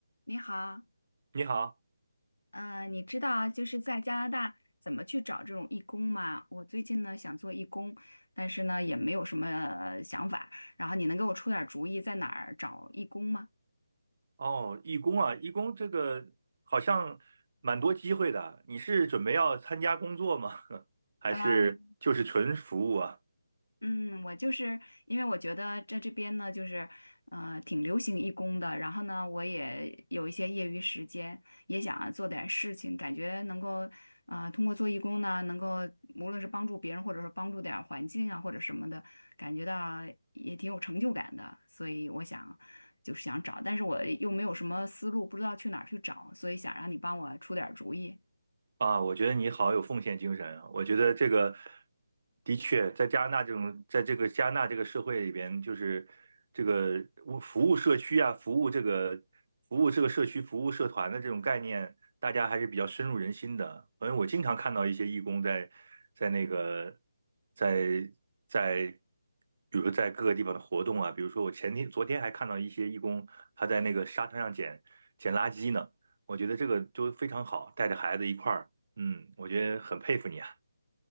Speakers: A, on the left; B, on the right.
A: 你好，
B: 你好，
A: 嗯，你知道就是在加拿大怎么去找这种义工吗？我最近呢想做义工，但是呢也没有什么呃想法，然后你能给我出点儿主意在哪儿找义工吗？
B: 哦，义工啊，义工这个好像蛮多机会的。你是准备要参加工作吗？<laughs> 还是就是纯服务啊？
A: 嗯。嗯，我就是因为我觉得在这边呢，就是呃挺流行义工的，然后呢，我也有一些业余时间，也想做点事情，感觉能够呃通过做义工呢，能够无论是帮助别人，或者是帮助点儿环境啊，或者什么的，感觉到也挺有成就感的，所以我想就是想找，但是我又没有什么思路，不知道去哪儿去找，所以想让你帮我出点儿主意。
B: 啊，我觉得你好有奉献精神啊！我觉得这个的确，在加拿大这种，在这个加拿大这个社会里边，就是这个服服务社区啊，服务这个服务这个社区、服务社团的这种概念，大家还是比较深入人心的。反正我经常看到一些义工在在那个在在，比如说在各个地方的活动啊，比如说我前天、昨天还看到一些义工他在那个沙滩上捡捡垃圾呢。我觉得这个就非常好，带着孩子一块儿。嗯，我觉得很佩服你啊。